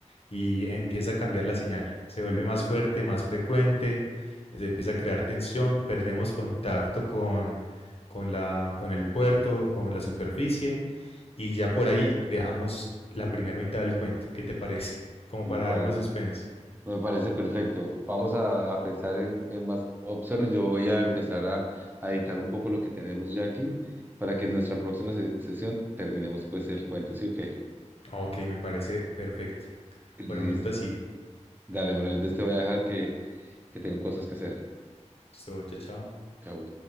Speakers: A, on the left; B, on the right.
A: y empieza a cambiar la señal. Se vuelve más fuerte, más frecuente, se empieza a crear tensión, perdemos contacto con, con la, con el puerto, con la superficie, y ya por ahí dejamos la primera mitad del cuento. ¿Qué te parece? <laughs> Como
B: Me
A: para
B: parece.
A: dar más suspense.
B: Me parece perfecto. Vamos a, a pensar en, en más opciones. Yo voy a empezar a, a editar un poco lo que tenemos ya aquí para que en nuestra próxima se- sesión terminemos pues el cuento. Sí, o qué
A: Ok, me parece perfecto.
B: Listo.
A: Por el momento así.
B: Dale, bueno, entonces te voy a dejar que, que tengo cosas que hacer.
A: Esto, chao, chao.
B: Chao.